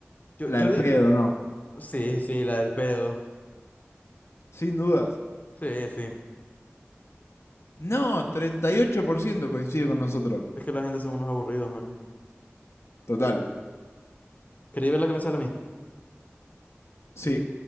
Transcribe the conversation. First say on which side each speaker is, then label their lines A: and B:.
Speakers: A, on the left (about 35°); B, on the left (about 75°).
A: Yo,
B: La
A: yo,
B: del
A: di-
B: pedo, no.
A: Sí, sí, la del pedo.
B: Sin dudas.
A: Sí, sí.
B: No, 38% coincide con nosotros.
A: Es que la gente son unos aburridos, man.
B: Total.
A: Quería ver la que me sale a mí.
B: Sí,